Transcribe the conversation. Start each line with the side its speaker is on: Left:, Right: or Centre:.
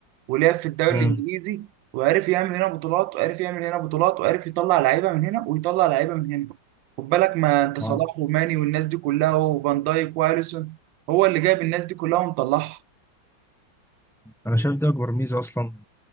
Right: ولعب في الدوري
Centre: مم.
Right: الانجليزي وعرف يعمل هنا بطولات وعرف يعمل هنا بطولات وعرف يطلع لعيبه من هنا ويطلع لعيبه من هنا خد بالك ما انت صلاح
Centre: آه.
Right: وماني والناس دي كلها وفان دايك واليسون هو اللي جايب الناس دي كلها ومطلعها
Centre: أنا شايف ده أكبر ميزة أصلا